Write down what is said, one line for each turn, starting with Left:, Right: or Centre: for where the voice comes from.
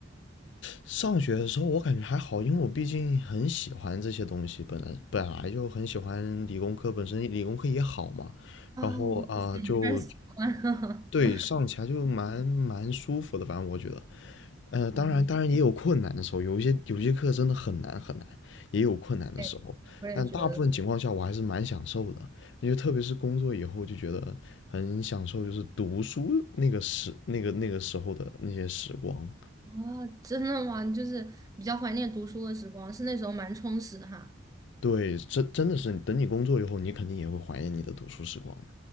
Left: 上学的时候我感觉还好，因为我毕竟很喜欢这些东西，本来本来就很喜欢理工科，本身理工科也好嘛，
Right: 啊，
Left: 然后啊、
Right: 我嗯，
Left: 就
Right: <laughs> 但喜欢，<laughs>
Left: 对上起来就蛮蛮舒服的，反正我觉得，呃，当然当然也有困难的时候，
Right: 嗯，
Left: 有一些有些课真的很难很难，也有困难的时候，
Right: 对，我也觉得。
Left: 但大部分情况下我还是蛮享受的，因为特别是工作以后就觉得很享受，就是读书那个时那个那个时候的那些时光。
Right: 哦，真的吗？你就是比较怀念读书的时光，是那时候蛮充实的哈。
Left: 对，真真的是，等你工作以后，你肯定也会怀念你的读书时光的。